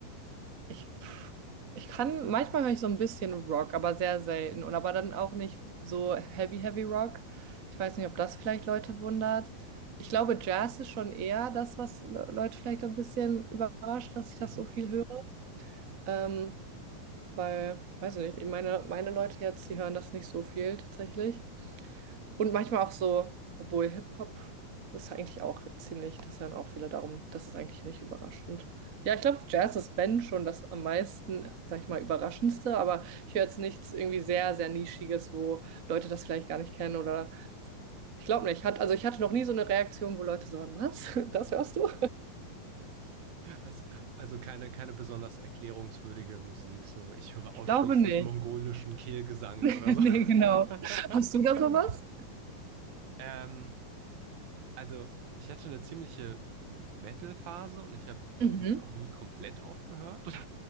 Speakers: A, on the right; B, on the right.
A: Ich, pff, ich kann, manchmal höre ich so ein bisschen Rock, aber sehr selten. Und aber dann auch nicht so heavy, heavy Rock. Ich weiß nicht, ob das vielleicht Leute wundert. Ich glaube, Jazz ist schon eher das, was Le- Leute vielleicht ein bisschen überrascht,
B: <laughs>
A: dass ich das
B: Mhm.
A: so viel höre. Ähm, weil, weiß ich nicht, meine, meine Leute jetzt, die hören das nicht so viel tatsächlich. Und manchmal auch so, obwohl Hip-Hop ist eigentlich auch ziemlich, das hören auch viele darum, das ist eigentlich nicht überraschend. Ja, ich glaube, Jazz ist Ben schon das am meisten, sag ich mal, überraschendste, aber ich höre jetzt nichts irgendwie sehr, sehr Nischiges, wo Leute das vielleicht gar nicht kennen oder ich glaube nicht. Hat, also ich hatte noch nie so eine Reaktion, wo Leute so, was? <laughs> Das hörst du?
B: Das, also keine, keine besonders erklärungswürdige Musik. So, ich höre
A: Ich
B: ausschließlich
A: glaube nicht.
B: mongolischen Kehlgesang
A: <laughs>
B: oder so.
A: Nee, genau.
B: <laughs>
A: Hast du da sowas?
B: Ähm, also ich hatte eine ziemliche Metal-Phase und ich habe damit
A: Mhm.
B: auch nie komplett aufgehört. <laughs>